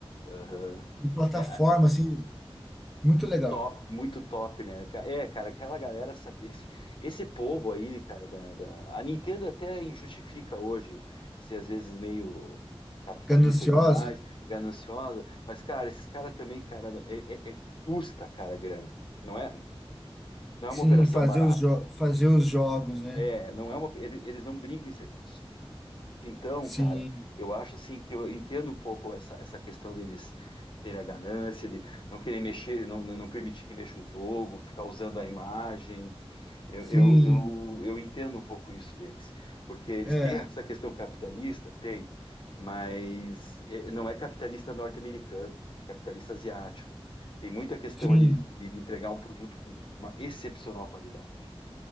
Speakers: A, on the left (about 55°); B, in the centre.
A: Aham.
B: de plataforma,
A: É,
B: assim, muito legal,
A: Top, muito top, né? Ca- É, cara, aquela galera sabe, eles, esse povo aí, cara, da, da- a Nintendo até injustifica hoje ser às vezes meio capitalista
B: gananciosa.
A: demais, gananciosa, mas, cara, esses caras também, cara, é, é- é- custa, cara, a grana. Não é, não
B: Sim,
A: é uma operação
B: fazer
A: barata.
B: os, jo fazer os jogos, né?
A: É, não é uma, ele- eles não brincam em serviço. Então,
B: Sim,
A: cara, eu acho assim que eu entendo um pouco essa, essa questão deles terem a ganância de não querer mexer, não, não não permitir que mexa um jogo, ficar usando a imagem. Eu,
B: sim,
A: eu, eu, eu entendo um pouco isso deles, porque eles
B: é,
A: têm essa questão capitalista, tem, mas eh, não é capitalista norte-americano, é capitalista asiático. Tem muita questão
B: sim,
A: ali de, de entregar um produto com uma excepcional qualidade.